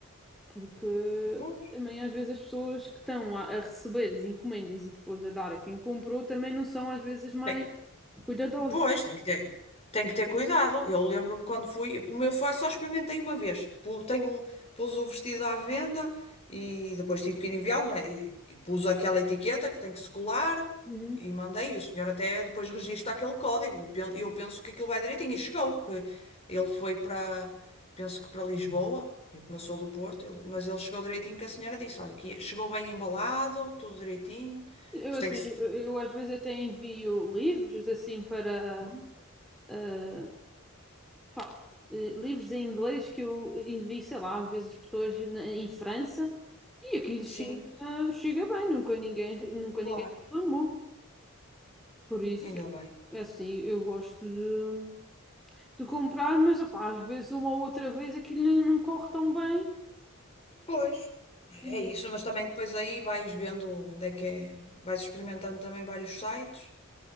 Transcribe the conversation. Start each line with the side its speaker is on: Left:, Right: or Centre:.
Centre: Porque
Left: Pois.
Centre: também às vezes as pessoas que estão a, a receber as encomendas e depois a dar a quem comprou também não são às vezes mais
Left: Bem,
Centre: cuidadosas.
Left: Pois, tem que ter, tem que ter cuidado. Eu lembro-me quando fui, como eu fui, só experimentei uma vez. Pu- Tenho, um- pus o vestido à venda e depois tive que ir enviá-lo, não é? E e pus aquela etiqueta que tem que se colar
Centre: Uhum.
Left: e mandei. E o senhor até depois registra aquele código. Pen- Eu penso que aquilo vai direitinho. E chegou, porque ele foi para, penso que para Lisboa. Eu como eu sou do Porto, ele- mas ele chegou direitinho que a senhora disse, olha, que chegou bem embalado, tudo direitinho.
Centre: Eu,
Left: Pois
Centre: assim,
Left: tem que se...
Centre: eu, eu às vezes até envio livros assim para
Left: Hum?
Centre: ah, pá, eh, livros em inglês que eu envio, sei lá, às vezes pessoas na- em França e aquilo
Left: Sim,
Centre: chega, chega bem, nunca ninguém, nunca
Left: claro,
Centre: ninguém reclamou. Por isso,
Left: ainda bem.
Centre: é assim, eu gosto de, de comprar, mas opá, às vezes uma ou outra vez aquilo nem- não corre tão bem.
Left: Pois. É
Centre: E
Left: isso,
Centre: eu,
Left: mas também depois aí vais vendo onde é que é, vais experimentando também vários sites,